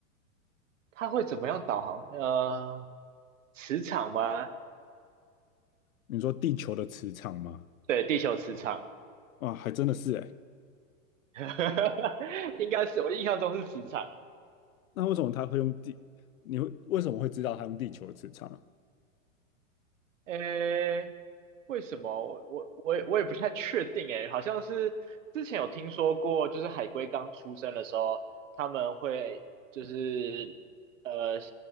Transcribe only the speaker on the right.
它会怎么样导航？呃，磁场吗？
对，地球磁场，
<laughs> 应该是我印象中是磁场。
诶，为什么？我我我也我也不太确定诶，好像是之前有听说过，就是海龟刚出生的时候，他们会就是呃，